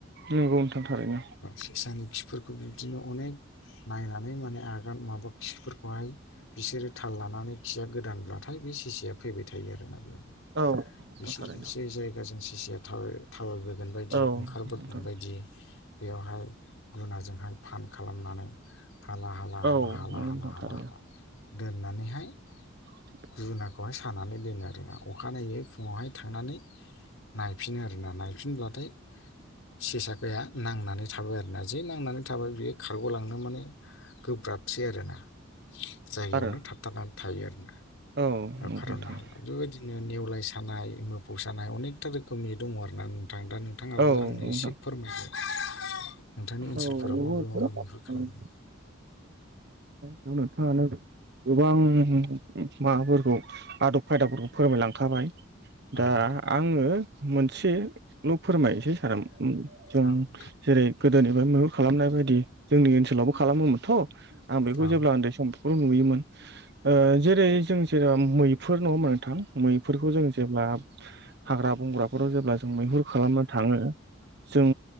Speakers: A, on the right; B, on the left.
A: नंगौ नोंथां थारैनो
B: सेसानि खिफोरखौ बिदिनो अनेक नायनानै माने आगान माबा खिफोरखौहाय बिसोरो थाल लानानै खिया गोदानब्लाथाय बे सिसेया फैबाय थायो आरोना बेयावनो
A: औ नंगौ नोंथां
B: बिसोरो
A: थारैनो
B: एसे जायगाजों जिसे थाव थावायबोगोन बायदि
A: औ
B: ओंखारबोगोन
A: नोंथां
B: बायदि बेयावहाय गुनाजोंहाय फान खालामनानै हाला हाला हाला
A: औ
B: हाला
A: नंगौ नोंथां
B: हला हाला
A: थारैनो
B: हाला दोननानैहाय
A: <inaudible>
B: गुनाखौहाय सानानै दोनो आरोना अखानायनायै फुङावहाय थांनानै नायफिनो आरो ना नायफिनब्लाथाय सेसाखाया नांनानै थाबाय आरोना जि नांनानै थाबाय बेयो खारग'लांनो माने गोब्राबसै आरोना जायगायावनो
A: आरो
B: थाब थाबथानानै थायो आरो ना
A: औ नंगौ
B: खार'नो
A: नोंथां
B: हाला बेबायदि नेवलाय सानाय मोफौ सानाय अनेकथा रोखोमनि दङ आरो ना नोंथां दा नों नोंथाङाबो
A: औ
B: आंनो
A: नंगौ नोंथां
B: एसे फोरमायदों नोंथांनि ओनसोलफोरा
A: औ नंगौ
B: माबोरै
A: नोंथां
B: माबोरै माहुर खालामोमोन
A: <unintelligible> नोंथाङानो गोबां माबाफोरखौ आदब खायदाबफोरखौ फोरमायलांखाबाय
B: औ
A: दा
B: नोंथां
A: आङो मोनसेल' फोरमायनोसै सार जों
B: औ नोंथां
A: जेरै गोदोनिफ्राय मैहुर खालामनाय बायदि जोंनि ओनसोलावबो खालामोमोनथ' आं बेखौ
B: औ
A: जेब्ला उन्दै समफोरखौ नुयोमोन जेरै जों जेरब मैफोरुर नङा होमा नोंथां मैफोरखौ जों जेब्ला हाग्रा बंग्राफोराव जेब्ला जों मैहुर खालामनो थाङो जों